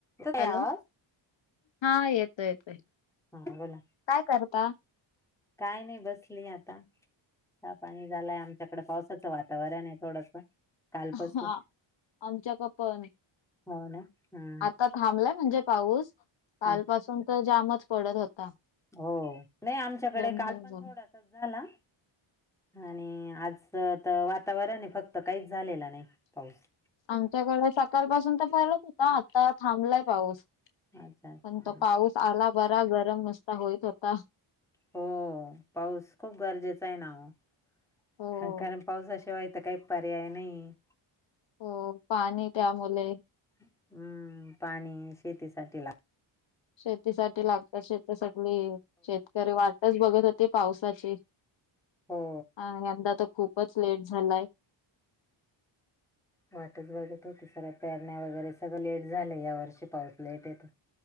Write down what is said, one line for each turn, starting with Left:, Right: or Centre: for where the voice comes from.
Centre: येतोय
Left: हॅलो.
Centre: आवाज?
Left: <inaudible> हा येतोय, येतोय.
Centre: हा बोला.
Left: काय करता?
Centre: काय नाही, बसली आता. चहा पाणी झाल्या, मच्याकडे पावसाचं वातावरण आहे थोडसं काल पासून.
Left: हा आमच्याक पण
Centre: <inaudible> हो ना हा
Left: आता थांबलाय म्हणजे पाऊस. काल
Centre: हा
Left: पासून तर, जामच पडत होता
Centre: हो. नाही आमच्याकडे,
Left: दोन
Centre: काल
Left: दिवस
Centre: पण
Left: झाले.
Centre: थोडासाच झाला. आणि आज च तर वातावरण आहे, फक्त काहीच झालेला नाही पाऊस
Left: आमच्याकडे सकाळ पासून तर पडत होता, आता थांबलाय पाऊस.
Centre: अच्छा अच्छा
Left: पण तो पाऊस आला बरा, गरम मस्त होईत होता.
Centre: हो. पाऊस खूप गरजेचा आहे ना वो
Left: हो.
Centre: ह कारण पाऊसा शिवाय तर काही पर्याय नाहीये.
Left: हो पाणी त्यामुले
Centre: हम्म, पाणी शेतीसाठी लाग
Left: शेती साठी लागतं. शे तर सगळी शेतकरी वाटच बघत होते पावसाची.
Centre: हो
Left: अ यंदा तर खूपच लेट झालायं.
Centre: वाटच बघत होती सगळे. पेरण्या वगैरे सगळं लेट झालंय, या वर्षी पाऊस लेट हे तर.